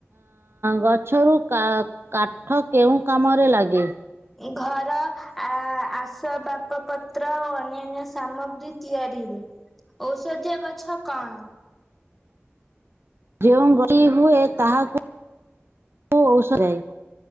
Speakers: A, on the right (about 60°); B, in the centre.
A: ଗଛରୁ କା କାଠ କେଉଁ କାମରେ ଲାଗେ
B: ଘର ଆ ଆସ ବାପ ପ ପତ୍ର ଓ ଅନ୍ୟାନ୍ୟ ସାମଗ୍ରୀ ତିଆରିରେ ଔଷଧୀୟ ଗଛ କଣ?
A: ଯେଉଁ ଗତି ହୁଏ ତାହାକୁ ହୁ ଓଷ ଯାଇ